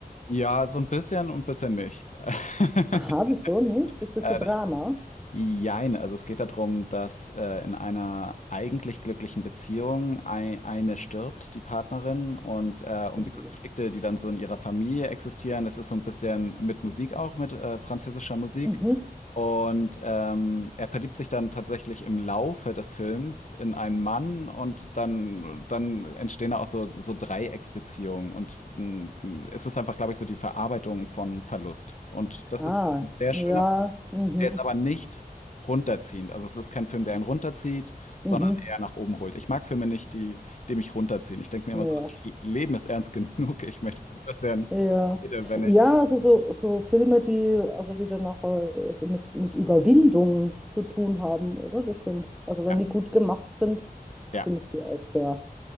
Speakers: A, on the left (about 50°); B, in the centre.
A: ja, so ein bisschen und ein bisschen nicht. <laughs>
B: <laughs> Aha, wieso nicht? Ist das
A: Äh,
B: ein Drama?
A: Jein, also es geht darum, dass äh, in einer eigentlich glücklichen Beziehung ei- eine stirbt, die Partnerin, und äh, um
B: Mhm.
A: die Konflikte, die dann so in ihrer Familie existieren, das ist so ein bisschen mit Musik auch, mit äh, französischer Musik.
B: Mhm.
A: Und ähm, er verliebt sich dann tatsächlich im Laufe des Films in einen Mann und dann, dann entstehen da auch so, so Dreiecksbeziehungen. Und mh, es ist einfach, glaube ich, so die Verarbeitung von Verlust. Und das
B: Ah,
A: ist ein sehr
B: ja,
A: schöner.
B: mhm,
A: Der ist aber nicht runterziehend. Also es ist kein Film, der einen runterzieht, sondern
B: mhm,
A: eher nach oben holt. Ich mag Filme nicht, die, die mich runterziehen. Ich denke mir
B: ja.
A: immer so, das Leben ist ernst genug. Ich möchte so ein bisschen,
B: Ja. Ja,
A: Freude, wenn
B: Ja,
A: ich.
B: also so, so Filme, die also wieder nachher so mit, mit Überwindung zu tun haben, oder? Das sind, also wenn
A: Ja,
B: die gut gemacht sind,
A: ja.
B: finde ich die auch sehr